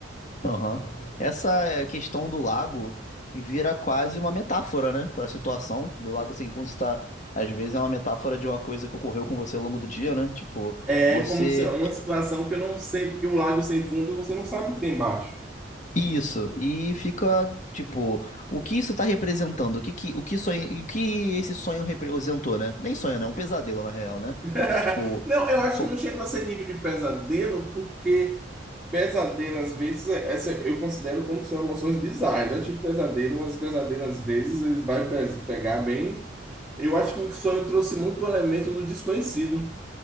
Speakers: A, on the left; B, in the centre.
A: Aham. Essa é, questão do lago e vira quase uma metáfora, né, para a situação do lago sem fundo está às vezes é uma metáfora de uma coisa que ocorreu com você ao longo do dia, né? Tipo,
B: É
A: você
B: como se é uma situação que eu não sei, porque o lago sem fundo você não sabe o que tem embaixo.
A: isso e fica tipo, o que isso está representando? O que, que o que sonho, o que esse sonho representou, né? Nem sonho, né? Um pesadelo na real, né?
B: <laughs>
A: Tipo,
B: Não, eu acho
A: co-
B: que não chegou a ser nível de pesadelo, porque pesadelo às vezes é- essa eu considero como são emoções bizarras. Já tive pesadelo, mas pesadelo às vezes eles vai pe- pegar bem. Eu acho que o sonho trouxe muito o elemento do desconhecido.